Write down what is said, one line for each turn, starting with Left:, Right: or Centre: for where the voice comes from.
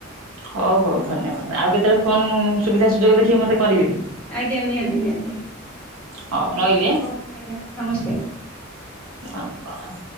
Right: ହଉ ହଉ ଧନ୍ୟବାଦ ଆଉ କେତେବେଳେ ଫୋନ ସୁବିଧା ସୁଯୋଗ ଦେଖିକି ମତେ କରିବେ।
Centre: ଆଜ୍ଞା ନିହାତି ନିହାତି।
Right: ହଉ ରହିଲି ଆଁ।
Centre: ହୋଉ ଆଜ୍ଞା ନମସ୍କାର୍।
Right: ନା ନୁ ପ୍ରଣାମ।